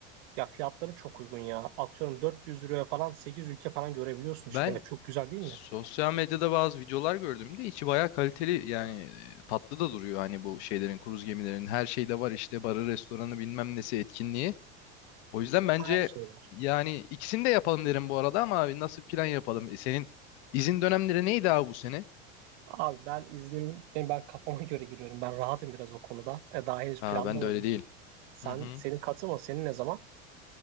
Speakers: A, on the right; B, on the left.
A: Ya fiyatları çok uygun ya. Atıyorum 400 euroya falan 8 ülke falan görebiliyorsun
B: Ben
A: işte. Ya çok güzel değil
B: sosyal
A: mi?
B: medyada bazı videolar gördüm de içi bayağı kaliteli yani e, tatlı da duruyor hani bu şeylerin kruz gemilerin her şeyde var işte barı restoranı bilmem nesi etkinliği. O yüzden bence
A: Her şey var.
B: yani ikisini de yapalım derim bu arada ama abi nasıl plan yapalım? E, senin izin dönemleri neydi abi bu sene?
A: Abi ben iznim, ben ben kafama göre giriyorum. Ben rahatım biraz o konuda. E, daha henüz
B: Ha
A: planlamadım.
B: ben de öyle değil.
A: Sen
B: Hı hı.
A: senin katılma senin ne zaman?